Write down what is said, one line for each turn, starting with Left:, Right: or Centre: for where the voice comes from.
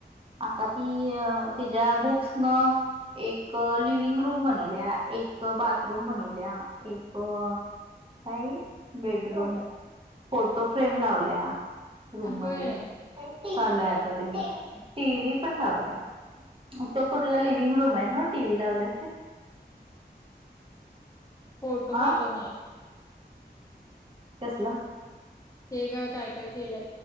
Right: आता ती तिच्या बुक्स न एक लिवंग रूम बनवल्या एक बाथरूम बनवल्या. आपल्या एक काय बेडरूम फोटो फ्रेम लावल्या. रूम
Left: होय
Right: मध्ये चालू आहे आता तेथ टी व् पण लावल्या. तो कुठला लिव्हंग रूम आहे ना टी व्ही लावले.
Left: फोटो
Right: आ
Left: पाठव मला
Right: कसला?
Left: ते ग काय काय केल्या.